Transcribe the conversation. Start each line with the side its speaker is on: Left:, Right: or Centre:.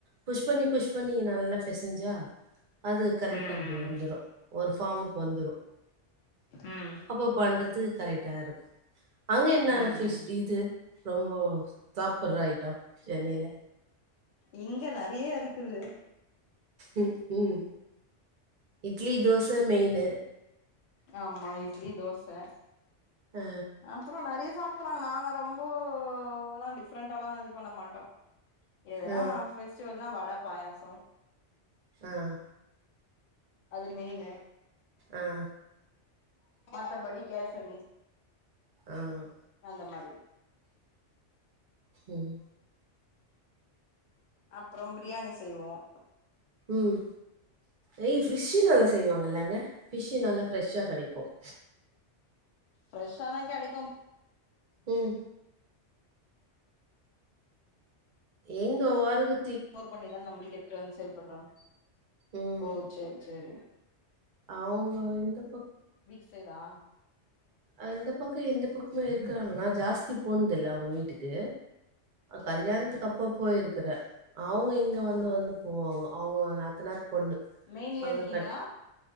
Right: புஷ் பண்ணி புஷ் பண்ணி ந நல்லா பசைஞ்சா அது கரெக்டா
Left: ம்
Right: அப்டி வந்துரும் ஒரு ஃபார்முக்கு வந்துரும்
Left: ம்
Right: அப்ப க்கு கரெக்டா இருக்கும் அங்க என்ன
Left: ம்
Right: பிஷ்
Left: ம்
Right: இது ரொம்ப சாப்படுற ஐட்டம் சென்னையில
Left: இங்க நெறைய இருக்குது
Right: உம் உம் இட்லி தோச த மெயின்
Left: ஆமா இட்லி தோச ச
Right: ஆ
Left: அப்புறம் நிறைய சாப்பிடுறாங்க நாங்க ரொம்பதாம் டிஃப்ரெண்டால்லாம் இது பண்ண மாட்டோம் எதுனா
Right: ஆ
Left: பெஸ்டிவல்னா வட பாயாசம்
Right: ஆஹ்
Left: அது மெயின்
Right: ஆஹ
Left: மத்த படி கேசரி
Right: ஆஹ்
Left: அந்த மாரி
Right: உம்
Left: அப்புறம் பிரியாணி செய்வோம்
Right: உம் ஏய் பிஷ்ஸு நல்லா செய்வாங்கல்லாங்க பிஷ்ஸு நல்லா ஃப்ரெஷ்ஷா கிடைக்கும்
Left: ஃரெஷ்ஷதா கிடைக்கும்
Right: உம் எங்க வாருக்கு
Left: ர் பண்ணிதான் நம்மளுக்கு எத்துந்து செயல்படுறோம்
Right: ம்
Left: ஓ சரி சரி
Right: அவங்க இந்த
Left: பீச் சைடா
Right: அந்த பக்கம் எந்த பக்கமே இருக்கறாங்கன்னா ஜாஸ்தி போனது இல்ல அவங்க வீட்டுக்கு
Left: சேரி
Right: கல்யாணத்துக்கு
Left: சேரி
Right: அப்ப போயிருக்கற அவங்க இங்கே வந்து
Left: ஆ
Right: வந்து போவாங்க அவங்க நாத்தனார் பொண்ணு
Left: மெயின்லயே
Right: அங்கே
Left: இருக்கீங்களா
Right: கட்